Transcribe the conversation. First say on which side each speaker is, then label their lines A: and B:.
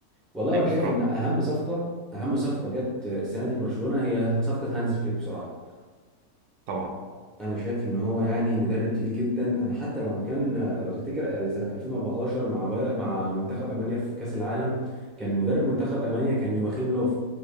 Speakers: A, in the centre; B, on the right.
A: والله
B: ايوه
A: وانا شايف
B: صراحه
A: ان اهم صفقه اهم صفقه جت السنه دي لبرشلونه هي صفقه هانز فليك بصراحه
B: طبعا
A: انا شايف ان هو يعني مدرب تقيل جدا انا حتى لما كان لو تفتكر يعني سنه 2014 مع باي... مع منتخب المانيا في كاس العالم كان مدرب منتخب المانيا كان يواخيم لوف